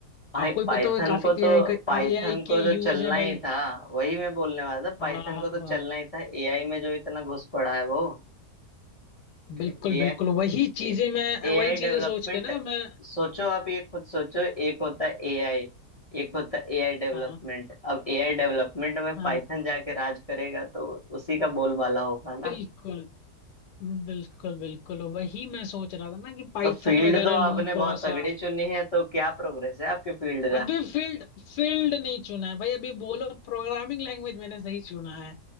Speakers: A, on the left (about 45°); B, on the left (about 85°).
A: भाई
B: आपको ही
A: पाइथन
B: पता होगा काफी
A: को
B: एआई
A: तो
B: का
A: पाइथन
B: एआई के
A: को तो
B: यूज
A: चलना
B: है भाई
A: ही था वही मैं बोलने वाला था पाइथन
B: हाँ हाँ
A: को तो
B: हाँ
A: चलना ही था एआई में जो इतना घुस पड़ा है वो <laughs>
B: बिल्कुल
A: AI
B: बिल्कुल वही चीजें मैं वही
A: AI
B: चीजें
A: development
B: सोच के ना मैं
A: सोचो आप ये खुद सोचो एक होता है एआई एक होता है एआई डेवलपमेंट
B: हाँ
A: अब एआई डेवलपमेंट में
B: हाँ
A: पाइथन जाके राज करेगा तो उसी का बोलबाला होगा ना
B: बिल्कुल बिल्कुल बिल्कुल वही मैं सोच रहा था ना कि पाइथन
A: तो फील्ड
B: वगैरह
A: तो आपने
B: लूं
A: बहुत
B: थोड़ा
A: तगड़ी
B: सा
A: चुनी है तो क्या प्रोग्रेस है आपके फील्ड का
B: अभी फील्ड फील्ड नहीं चुना है भाई अभी बोलो प्रोग्रामिंग लैंग्वेज मैंने सही चुना है